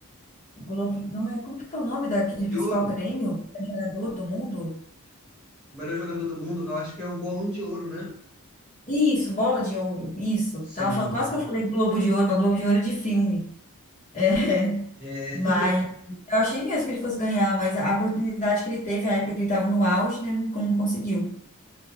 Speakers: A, on the left (about 35°); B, in the centre.
A: o Globo, não é, como que é o nome daquele
B: De
A: principal
B: ouro,
A: prêmio? Jogador do mundo?
B: o melhor jogador do mundo, eu acho que é o Bolão de Ouro, né?
A: Isso, bola de ouro, isso.
B: Sim.
A: Tava, falando- quase que eu falei Globo de Ouro, mas Globo de Ouro é de filme. É,
B: É,
A: Mas eu achei mesmo que ele fosse ganhar, mas a oportunidade que ele teve, a época que ele estava no auge, né, não, não conseguiu.